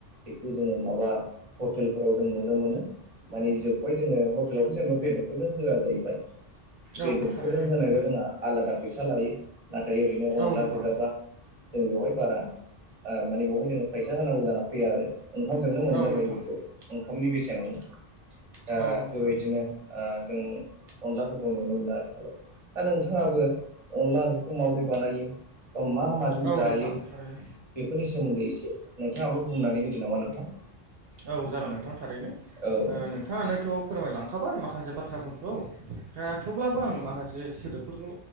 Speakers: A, on the right; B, on the right.
A: बेखौ जोङो माबा हटेलफोराव जों नुनो मोनो। मानि जोबबाय जोङो हटेलावथ' जेनेबा बेदरफोरजों होआ जायो। बेदरफोरजों
B: औ थारैनो नोंथां
A: होनायबा जोंहा आलादा फैसा लायो नाथाय ओरैनो अनला
B: औ नोंथां
A: गोजाबा जों बेवहाय बारा माने बेवहाय जोङो फैसा होनांगौ जाना फैया आरो। ओंखामजोंनो मोनजाबायो
B: औ नोंथां
A: बेखौ ओंखामनि बेसेनावनो। दा
B: औ नोंथां
A: बेबायदिनो जों अनलाफोरखौ नुनो मोनो आथिखालाव दा नोंथाङाबो अनला ओंख्रिखौ माबोरै बानायो मा मा माजों
B: औ
A: जायो
B: नोंथां थारैनो
A: बेफोरनि सोमोन्दै एसे नोंथाङाबो बुंनानै होदो नामा नोंथां।
B: औ जागोन नोंथां थारैनो
A: औ नोंथां
B: नोंथाङानोथ' फोरमायलांखाबाय माखासे बाथ्राफोरखौ। दा थेवब्लाबो आङो माखासे सोदोबफोरखौ